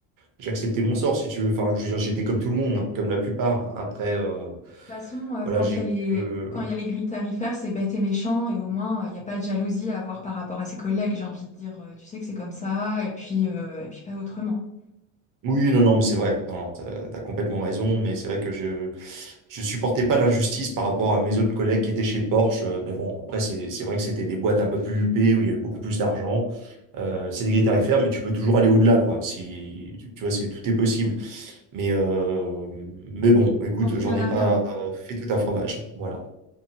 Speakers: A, on the right (about 50°); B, on the left (about 20°).
A: j'ai accepté mon sort, si tu veux. Enfin, je veux dire, j'étais comme tout le monde, hein, comme la plupart. Après, euh,
B: De toute façon, euh,
A: voilà,
B: quand
A: j'ai
B: il y a les,
A: pu, euh,
B: quand il y a les grilles tarifaires, c'est bête et méchant, et au moins, euh, il n'y a pas de jalousie à avoir par rapport à ses collègues, j'ai envie de dire, euh, tu sais que c'est comme ça, et puis, euh, et puis pas autrement.
A: Oui, non, non, mais c'est vrai. Non, non, t'as, t'as complètement raison, mais c'est vrai que je je supportais pas l'injustice par rapport à mes autres collègues qui étaient chez Porsche. euh, Mais bon, après, c'est c'est vrai que c'était des boîtes un peu plus huppées où il y avait beaucoup plus d'argent. Euh, c'est des grilles tarifaires, mais tu peux toujours aller au-delà, quoi. Si tu, tu vois, c'est tout est possible. Mais euh, mais bon, écoute,
B: Tente rien
A: j'en ai
B: à
A: pas
B: rien.
A: fait tout un fromage. Voilà,